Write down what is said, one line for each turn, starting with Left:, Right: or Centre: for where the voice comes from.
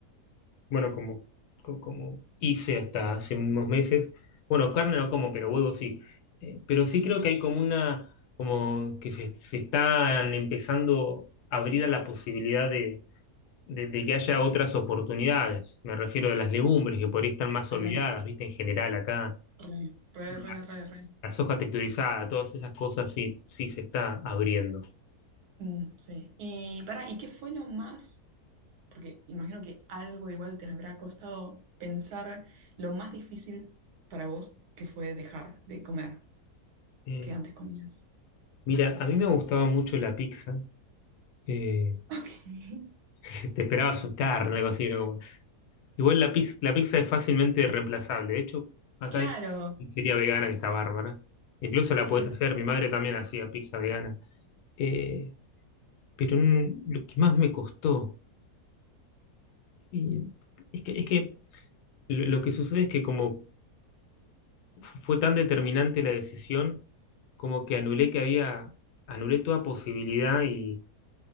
Left: Bueno, como, co- como hice hasta hace unos meses, bueno, carne no como, pero huevo sí. Eh, pero sí creo que hay como una, como que se, se están empezando a abrir a la posibilidad de, de- de que haya otras oportunidades. Me refiero a las legumbres, que por ahí están más
Right: Re,
Left: olvidadas, ¿viste? En general acá,
Right: re, re,
Left: la
Right: re, re, re.
Left: la soja texturizada, todas esas cosas sí, sí se está abriendo.
Right: Mm, sí. Y para, ¿y qué fue lo más? Porque imagino que algo igual te habrá costado pensar lo más difícil para vos que fue dejar de comer
Left: Eh,
Right: que antes comías.
Left: mira, a mí me gustaba mucho la pizza. eh,
Right: Ok. <laughs>
Left: <laughs> te esperaba asustar, algo así, ¿no? Igual la pizza, la pizza es fácilmente reemplazable. De hecho, acá
Right: Claro,
Left: hay pizzería vegana que está bárbara. Incluso la
Right: claro.
Left: podés hacer. Mi madre también hacía pizza vegana. Eh, pero mm, lo que más me costó y es que, es que lo, lo que sucede es que como fu- fue tan determinante la decisión, como que anulé que había, anulé toda posibilidad y...